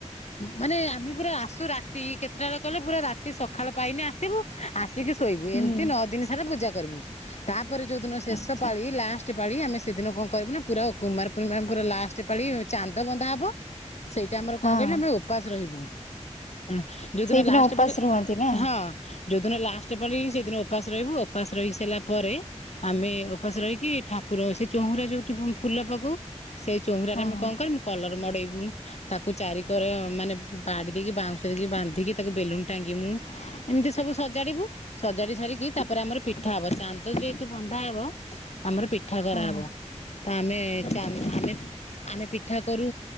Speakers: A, on the left; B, on the left.
A: ମାନେ ଆମେ ପୁରା ଆସୁ ରାତି କେତେଟା କଲେ ପୁରା ରାତି ସକାଳ ପାଇନି ଆସିବୁ ଆସ ସିକି ଶୋଇବୁ
B: ହୁଁ
A: ଏମତି ନଅ ଦିନ ସାରା ପୂଜା କରିମୁ ତାପ ପରେ ଯୋଉଦିନ ଶେଷ
B: ଆଚ୍ଛା
A: ପାଳିି ଲାଷ୍ଟ ପାଳି ଆମେ ସେଦିନ କଣ କରିବୁ ନା ପୁରା କୁମାର ପୂର୍ଣିମା ପୁରା ଲାଷ୍ଟ ପାଳି ଚାନ୍ଦ ବନ୍ଦା ହବ ସେଇଟା ଆମର କଣ
B: ହଁ।
A: କହିଲୁ ଆମେ ଉପାସ ରହିବୁ। <unintelligible>
B: ସେଇଦିନ
A: ଦିନ ଲାଷ୍ଟ
B: ଉପାସ
A: ବୋଲି
B: ରୁହନ୍ତି ନା
A: ହଁ ଯୋଉ ଦିନ ଲା ଷ୍ଟ ପାଳି ସେଦିନ ଉପାସ ରହିବୁ ଉପାସ ରହି ସାରିଲା ପରେ ଆମେ ଉପାସ ରହିକି ଠାକୁର ସେ ଚଉଁରା ଯୋଉଠି ଫୁଲ ପକଉ ସେ ଚଉଁରାରେ
B: ହଁ
A: ଆମେ କଣ କରିମୁ କଲର ମଡ଼େଇବୁ ତାକୁ ଚାରିକର ମାନେ ବାଡି ଦେଇକି ବାଉଁଶ ଦେଇକି ବାନ୍ଧିକି ତାକୁ ବେଲୁନ ଟାଙ୍ଗିମୁ ଏମିତି ସବୁ ସଜାଡିବୁ ସଜାଡି ସାରିକି ତାପରେ ଆମର ପିଠା ହବ ଚାନ୍ଦ ଯେହେତୁ ବନ୍ଦା ହବ ଆମର ପିଠା କରାହବ
B: ହଁ।
A: ତ ଆମେ ଚା ଆମେ ଆମେ ପିଠା କରୁ